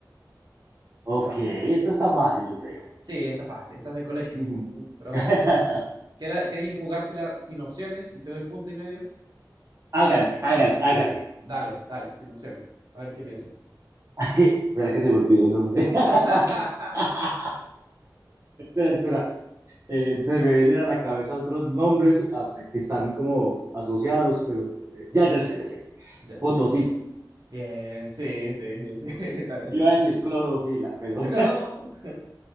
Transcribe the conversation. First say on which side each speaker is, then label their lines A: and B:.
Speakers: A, on the right (about 40°); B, on the right (about 60°).
A: Ok,
B: ¿Ya?
A: esta está fácil, yo creo.
B: Sí, está fácil, estás de colegio,
A: Ujú.
B: pero
A: <laughs>
B: igual. ¿Quieres, quieres jugártela sin opciones y te doy punto y medio?
A: Hágale, hágale, hágale.
B: Dale, dale, sin opciones. A ver qué piensas.
A: <laughs> espera que se me olvidó el nombre. <laughs>
B: <laughs>
A: espera, espera. Eh, se me vienen a la cabeza otros nombres ah, que están como asociados, pero eh, ya, ya sé, ya sé.
B: Ya.
A: Fotosíntesis.
B: Bien, sí, sí, sí, sí, <laughs> está bien.
A: Iba a decir clorofila, pero
B: No.